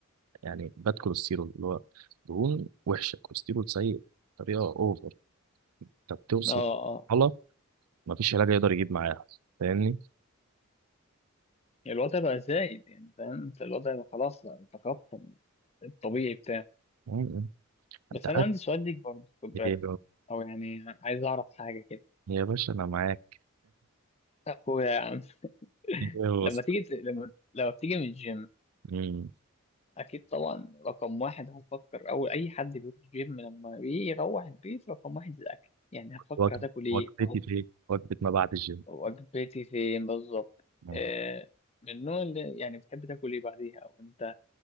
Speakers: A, on the right; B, on the left.
A: يعني باد كوليسترول اللي هو دهون وحشه كوليسترول سيء بطريقه اوفر انت بتوصل
B: اه اه
A: مرحله
B: آه.
A: ما فيش علاج يقدر يجيب معاها فاهمني
B: الوضع بقى زايد يعني فاهم انت الوضع بقى خلاص تخطى الطبيعي بتاعه
A: مم.
B: بس
A: انت
B: أنا
A: عارف
B: عندي سؤال ليك برضه خد بالك
A: إيه
B: أو يعني عايز أعرف حاجة كده
A: يا باشا انا معاك
B: أخويا يا عم <laughs>
A: ايه
B: لما
A: بص
B: تيجي ت- لما لما بتيجي من الجيم
A: مم.
B: أكيد طبعا رقم واحد هتفكر أول أي حد بيروح جيم لما بيروح البيت رقم واحد الأكل يعني هتفكر
A: وجب-
B: هتاكل إيه
A: وجبتي في إيه؟ وجبه ما بعد الجيم
B: وجبتي فين بالظبط
A: مم.
B: آه، من النوع اللي يعني بتحب تاكل ايه بعديها او انت